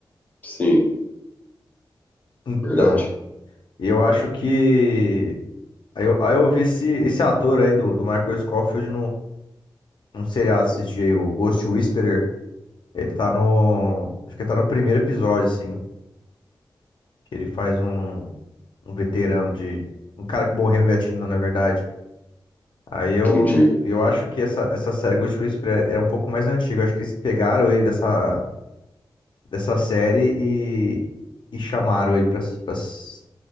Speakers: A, on the left; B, on the left.
A: Sim,
B: Então,
A: verdade.
B: eu acho que. Aí eu, aí eu vi esse, esse ator aí do, do Michael Scofield um seriado esses dias, aí, o Ghost Whisperer. Ele tá no. Acho que tá no primeiro episódio, assim. Que ele faz um, um veterano de. Um cara que morreu no Vietnã, na verdade. Aí eu,
A: Entendi.
B: eu acho que essa, essa série Ghost Whisperer é é um pouco mais antiga. Eu Acho que eles pegaram ele dessa, dessa série e, e chamaram ele pra, s- pra, s-